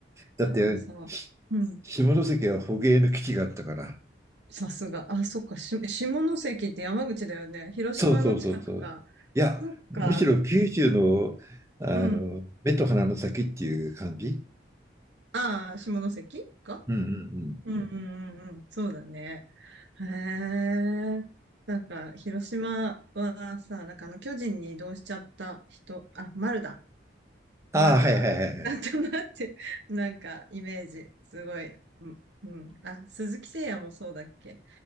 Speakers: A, on the right; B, on the right.
A: だって
B: なんかさ、うん、
A: 下関は捕鯨の基地があったから。
B: さすが。あ、そっか。し、下関って山口だよね。広島の近くか。
A: そうそうそうそう。いや、
B: そっか。
A: むしろ九州の、あの目と鼻の先っていう感じ。
B: うん。ああ、下関か
A: うんうんうん。
B: うんうんうんうん。そうだね。へえ。なんか、広島はさ、なんかあの、巨人に移動しちゃった人、あ、丸だ。
A: ああ、
B: 丸が、
A: はいはいはいはい。
B: なんとなって、<laughs> なんか、イメージ、すごい。うん。うんあ、鈴木誠也もそうだっけ